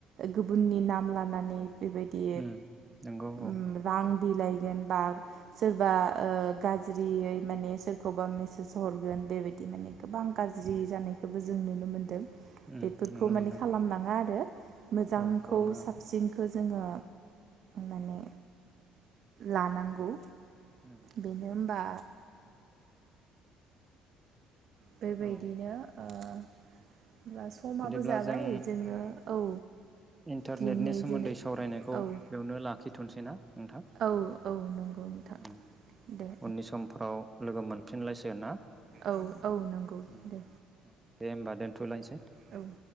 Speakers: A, on the right; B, on the right.
A: गुबुननि नाम लानानै बेबायदि
B: उम नंगौ
A: उम
B: औ
A: रां बिलाइगोन बा सोरबा ओ गाज्रियै माने सोरखौबा मेसेज हरगोन बेबायदि माने गोबां गाज्रि
B: उम
A: जानायखौ जों नुनो मोनदों।
B: उम
A: बेफोरखौ
B: नुनो
A: माने
B: मोनदों
A: खालाम नाङा आरो मोजांखौ
B: औ खालामनाङा
A: साबसिन खौ जोङो माने लानांगौ।
B: होम।
A: बेनो होमबा बेबायदिनो
B: औ
A: ओ बा समाबो
B: बिदिब्ला
A: जाबाय
B: जों
A: जोङो औ
B: इन्टारनेटनि
A: दिनै
B: सोमोन्दै
A: जेरै
B: सावरायनायखौ
A: औ
B: बेवनो लाखिथ'निसै ना। नोंथां
A: औ औ नंगौ नोंथां
B: उम
A: दे।
B: उननि समफ्राव लोगो मोनफिनलायसिगोन ना।
A: औ औ नंगौ
B: उम
A: दे।
B: औ दे होमबा दोनथ'लायनिसै।
A: औ।